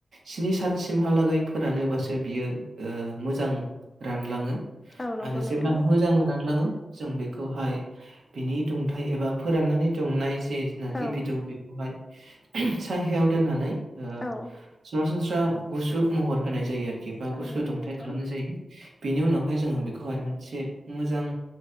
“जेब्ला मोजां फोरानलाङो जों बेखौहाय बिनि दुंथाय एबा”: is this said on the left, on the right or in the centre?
Right